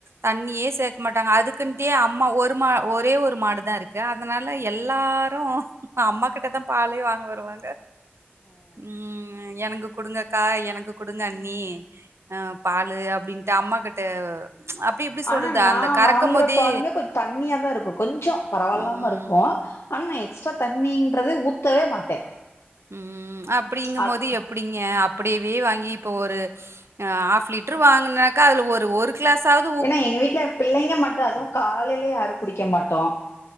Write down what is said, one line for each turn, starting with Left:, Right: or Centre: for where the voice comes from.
Right: தண்ணியே சேக்கமாட்டாங்க அதுக்குன்டே அம்மா ஒரு மா ஒரே ஒரு மாடு தா இருக்கு அதனால எல்லாரு அம்மாக் கிட்ட தா பாலே வாங்க வருவாங்க ம் எனக்கு குடுங்கக்கா எனக்கு குடுங்க அண்ணி அ பாலு அப்டின்ட்டு அம்மாகிட்ட அப்டி இப்டி சொல்றது
Left: ஆனா நா
Right: அந்த கறக்கமோதே
Left: வாங்குற பாலுமே கொஞ்சோ தண்ணியா தா இருக்கு கொஞ்சொ பரவால்லாம
Right: ம்.
Left: இருக்கும் ஆனா நா எக்ஸ்ட்ரா தண்ணின்றத ஊத்தவே மாட்டே
Right: ம் அப்டிங்க
Left: அப்
Right: போது எப்டிங்க அப்டியவே வாங்கி இப்போ ஒரு ஹாஃப் லிட்டரு வாங்கினாங்கா அதுல ஒரு ஒரு க்ளாஸாவ்
Left: ஏன்னா எங்க வீட்டுல பிள்ளைங்க மட்டு அதுவு காலையில யாரு குடிக்க மாட்டோ